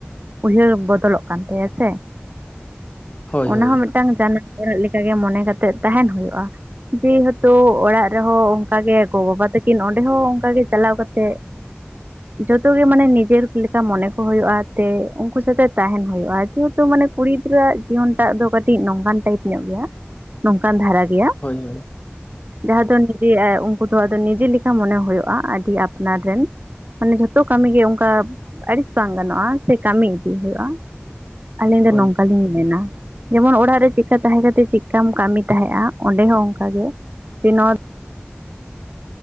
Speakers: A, on the right; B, on the left.
A: ᱩᱭᱦᱟᱹᱨ ᱵᱚᱫᱚᱞᱚᱜ ᱠᱟᱱ ᱛᱟᱭᱟ ᱥᱮ
B: ᱦᱳᱭ
A: ᱚᱱᱟ
B: ᱦᱳᱭ
A: ᱦᱚᱸ ᱢᱤᱫ ᱢᱤᱫᱴᱟᱝ ᱡᱟᱱᱟᱢ ᱚᱲᱟᱜ ᱞᱮᱠᱟᱜᱮ ᱢᱚᱱᱮ ᱠᱟᱛᱮᱜ ᱛᱟᱦᱮᱸᱱ ᱦᱩᱭᱩᱜᱼᱟ ᱾ ᱡᱮᱦᱮᱛᱩ ᱚᱲᱟᱜ ᱨᱮᱦᱚᱸ ᱚᱱᱠᱟᱜᱮ ᱜᱚ ᱵᱟᱵᱟ ᱛᱟᱹᱠᱤᱱ ᱚᱸᱰᱮ ᱦᱚᱸ ᱚᱱᱠᱟ ᱜᱮ ᱪᱟᱞᱟᱣ ᱠᱟᱛᱮᱜ ᱡᱚᱛᱚ ᱜᱮ ᱢᱟᱱᱮ ᱱᱤᱡᱮᱨ ᱞᱮᱠᱟ ᱢᱚᱱᱮ ᱠᱚ ᱦᱩᱭᱩᱜᱼᱟ ᱛᱮ ᱩᱱᱠᱩ ᱥᱟᱛᱮ ᱛᱟᱦᱮᱸᱱ ᱦᱩᱭᱩᱜᱼᱟ ᱾ ᱡᱮᱦᱮᱛᱩ ᱢᱟᱱᱮ ᱠᱩᱲᱤ ᱜᱤᱫᱽᱨᱟᱹ ᱟᱜ ᱡᱤᱭᱚᱱ ᱴᱟᱜ ᱫᱚ ᱠᱟᱹᱴᱤᱡ ᱱᱟᱝᱠᱟᱱ ᱴᱟᱭᱤᱯ ᱧᱚᱜ ᱜᱮᱭᱟ ᱱᱚᱝᱠᱟᱱ ᱫᱷᱟᱨᱟ ᱜᱮᱭᱟ ᱾
B: ᱦᱚᱭ
A: ᱡᱟᱦᱟᱸ ᱫᱚ ᱱᱤᱡᱮ ᱩᱱᱠᱩ ᱫᱚ ᱟᱫᱚ ᱱᱤᱡᱮ ᱞᱮᱠᱟ ᱢᱟᱱᱮ ᱦᱩᱭᱩᱜᱳᱜᱼᱟ ᱟᱹᱰᱤ ᱟᱯᱱᱟᱨ ᱨᱮᱱ ᱾ ᱢᱟᱱᱮ ᱡᱷᱚᱛᱚ ᱠᱟᱹᱢᱤ ᱜᱮ ᱚᱱᱠᱟ ᱟᱹᱲᱤᱥ ᱵᱟᱝ ᱜᱟᱱᱚᱜᱼᱟ ᱥᱮ ᱠᱟᱹᱢᱤ ᱤᱫᱤ ᱦᱩᱭᱩᱜᱼᱟ ᱾ ᱟᱹᱞᱤᱧ ᱫᱚ
B: ᱦᱳᱭ
A: ᱱᱚᱝᱠᱟᱞᱤᱧ ᱢᱮᱱᱟ ᱾ ᱡᱮᱢᱚᱱ ᱚᱲᱟᱜ ᱨᱮ ᱪᱮᱫᱠᱟ ᱛᱟᱦᱮᱸ ᱠᱟᱛᱮ ᱪᱮᱫᱠᱟᱢ ᱠᱟᱹᱢᱤ ᱛᱟᱦᱮᱸᱜ-ᱟ ᱚᱸᱰᱮ ᱦᱚᱸ ᱚᱱᱠᱟᱜᱮ ᱥᱮ ᱱᱚᱛ